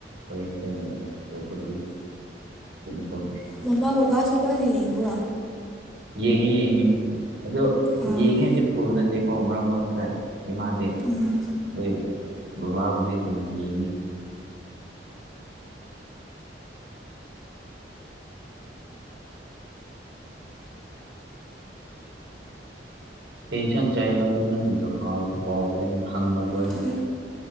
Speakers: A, on the right; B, in the centre.
A: ꯑꯩꯈꯣꯏ ꯈꯛꯇꯅꯤꯗ ꯑꯇꯣꯞꯄꯗꯤ ꯀꯩꯅꯣ ꯇꯧꯗꯔꯤ
B: ꯃꯃꯥ ꯕꯕꯥꯁꯨ ꯂꯣꯏꯅ ꯌꯦꯡꯕ꯭ꯔꯣ
A: ꯌꯦꯡꯉꯦ ꯌꯦꯡꯉꯦ ꯑꯗꯣ
B: ꯑꯥ
A: ꯌꯦꯡꯉꯦ ꯍꯥꯏꯁꯦ ꯐꯨ ꯅꯠꯇꯦꯀꯣ ꯃꯔꯛ ꯃꯔꯛꯇ ꯏꯃꯥꯥꯁꯦ
B: ꯎꯝ
A: ꯍꯣꯏ ꯕꯥꯕꯨ ꯅꯤ ꯀꯩ ꯌꯦꯟꯁꯥꯡ ꯆꯥꯏ ꯍꯥꯏꯕꯗ ꯅꯪꯒꯤꯗꯣ ꯀꯥꯎꯕ ꯀꯥꯎ ꯀꯦꯅ ꯍꯪꯉꯕ ꯑꯣꯏꯕ
B: ꯍꯣꯏ